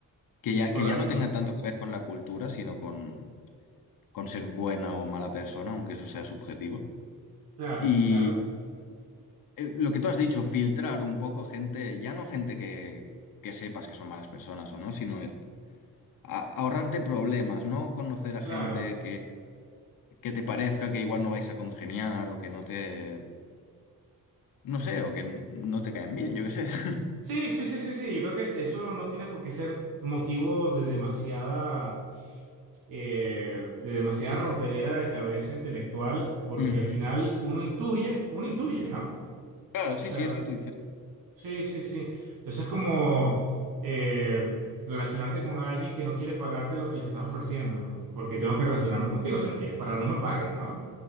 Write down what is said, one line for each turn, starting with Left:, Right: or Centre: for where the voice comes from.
Left: que ya,
Right: correcto,
Left: que ya no tengan tanto que ver con la cultura, sino con, con ser buena o mala persona, aunque eso sea subjetivo.
Right: claro,
Left: Y
Right: claro,
Left: eh, lo que tú has dicho, filtrar un poco gente, ya no gente que, que sepas que son malas personas o no, sino a- ahorrarte problemas, ¿no? Conocer a
Right: claro.
Left: gente que, que te parezca que igual no vais a congeniar o que no te, no sé, o que no te caen bien, yo qué sé. <laughs>
Right: Sí, sí, sí, sí, sí, yo creo que eso no tiene por qué ser motivo de demasiada, eh, de demasiada rompedera de cabeza intelectual, porque
Left: Ujú.
Right: al final uno intuye, uno intuye, ¿no?
Left: Claro, sí,
Right: O sea,
Left: sí, es intuición.
Right: Sí, sí, sí. Eso es como eh, relacionarte con alguien que no quiere pagarte lo que le estás ofreciendo, ¿no? porque tengo que relacionarme contigo. Si no quieres parar, no me pagues, ¿no?